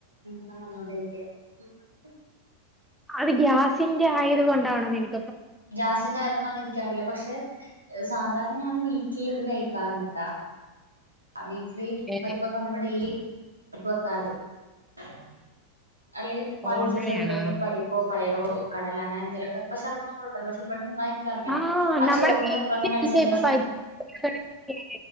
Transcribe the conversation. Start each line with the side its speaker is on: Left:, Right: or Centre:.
Right: <unintelligible> <unintelligible>
Centre: അത് ഗ്യാസിന്റെ ആയത് കൊണ്ടാണെന്ന് എനി
Right: ഗ്യാസിന്റെ ആയതോണ്ട ഇന് ൻ കറിയൂല പക്ഷെ സാദാരണ ഞാൻ വീട്ടി <unintelligible> <unintelligible>
Centre: ഏഹ്
Right: <unintelligible> അല്ലെങ്കിൽ
Centre: ഓ അങ്ങനെയാണോ
Right: <unintelligible> പരിപ്പോ പയറോ കടയിൽ എന്തെകിലും ഒക്കെ സ്പെഷ്യൽ ഇപ്പൊ പക്ഷെ ഇവിടെ ഒന്നും കുഴപ്പമില്ല ഇവിടയ്
Centre: ആഹ്
Right: - <unintelligible> ആ
Centre: നമ്മടെ
Right: ചോറും
Centre: മെയിനല്ലേ
Right: പരിപ്പുവടയും കഴിച്ച ശേഷം
Centre: പരിപ്പ് ഉരുളക്കിഴങ്ങൊക്കെ